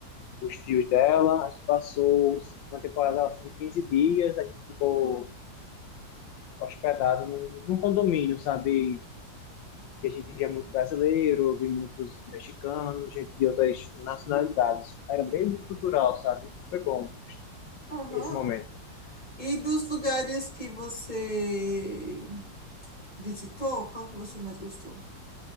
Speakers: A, on the left; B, on the left.
A: os tios dela. A gente passou uma temporada assim, de 15 dias. A gente ficou hospedado num, num condomínio, sabe? E a gente via muito brasileiro, via muitos mexicanos, gente de outras nacionalidades. Era bem cultural, sabe? Foi bom
B: Aham.
A: esse momento.
B: E dos lugares que você visitou, qual que você mais gostou?